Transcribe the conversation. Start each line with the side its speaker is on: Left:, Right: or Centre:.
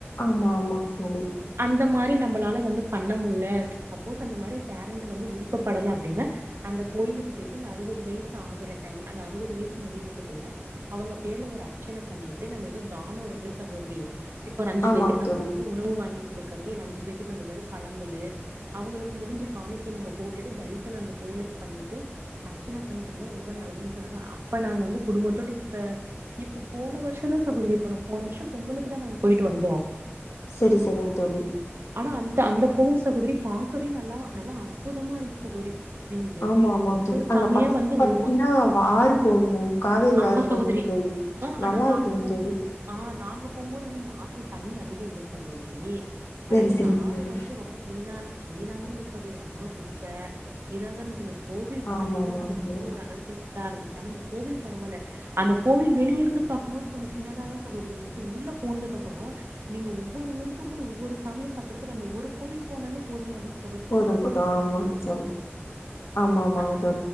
Left: ஆமா ஆமாங்க தோழி
Right: அந்த மாரி நம்பளால வந்து பண்ணமுல்ல சப்போஸ் அந்த மாரி பேரண்ட்டு வந்து விருப்பப்படல அப்டின்னா அந்த கோயிலுக்கு பொயிட்டு இந்த அறுவது வயசு ஆகுற டைம் அந்த அறுவது வயசு முடியறதுக்குள்ள அவுங்க பேர்ல ஒரு அர்ச்சன பண்ணீட்டு நம்ம எதோ தானோ இருக்குல சகோதரி இப்போ ஒரு அஞ்சு
Left: ஆமாங்
Right: பேத்துக்கு நம்ம
Left: தோழி
Right: வந்து உணவு வாங்கி குடுக்குறது இல்ல அஞ்சு பேத்துக்கு நம்ம எதாவது பழங்களு அவுங்களுக்கு முடிஞ்ச காணிக்கைய நம்ம போட்டுட்டு தரிசனோ அந்த கோயிலுக்கு பண்ணீட்டு அர்ச்சன பண்ணிட்ருந்தது ரொம்ப நல்லதுன்னு சொன்னாங்களா அப்ப நாங்க வந்து குடும்பத்தோட இப்ப இப்போ போன வருஷந்தா சகோதரி போனோ போன வர்ஷோ பொங்களுக்கு தா நாங்க பொயிட்டு வந்தோ
Left: செரி செரிங் தோழி
Right: ஆனா அந்த அந்த கோவில் சகோதரி பாக்கவே நல்லா நல்லா அற்புதமா இருந்துச்சு சகோதரி நீங்க என்
Left: ஆமா
Right: நீங்க
Left: ஆமாங்க
Right: ஒவ்வொரு
Left: தோழி
Right: சாமியா
Left: அங்க பக்கத்துல
Right: வந்து
Left: பாத்தீங்னா
Right: ஒவ்வொ
Left: வா ஆறு போகு காவேரி
Right: ஆமா
Left: ஆறு போகுதுங்க
Right: சகோதரி
Left: தோழி
Right: ஆ
Left: நல்லா
Right: ஆனா நாங்க
Left: இருக்குங்க
Right: போம்போது
Left: தோழி
Right: ஆ நாங்க போம்போது வந்து அந்த ஆத்துல தண்ணி அதிகோ இல்ல சகோதரி ஆனா
Left: செரி
Right: என்ன
Left: செரிங்
Right: ஆறு
Left: தோழி
Right: வந்து ரொம்ப க்ளீனா இல் க்ளீனாவே இல்ல சகோதரி அவ்ளோ குப்ப க்ளீனா தா இருந்துச்சு இந்த கோவில் பக்கத்துல
Left: ஆமா
Right: தா
Left: ஆமாங்
Right: சகோதரி
Left: தோழி
Right: எதோ ஒரு அளவுக்கு நீட்டா இருந்துச்சு ஆனா இந்த கோவில் பரவால்ல அந்த கோவில் வெளிய இருந்து பாக்கும்போது கொஞ்ச சின்னதா தா சகோதரி இருந்துச்சு உள்ள போனதுக்கு அப் வரு நீங்க ஒவ்வொரு ஊருக்கும போய் ஒவ்வொரு சாமிய பாக்கறதுக்கு அந்த ஒரு கோவில் போனாலே போதும் மாட்டுக்
Left: போதும் போதும் ஆமாங்க சொல்லு ஆமா ஆமாங்க
Right: ஆ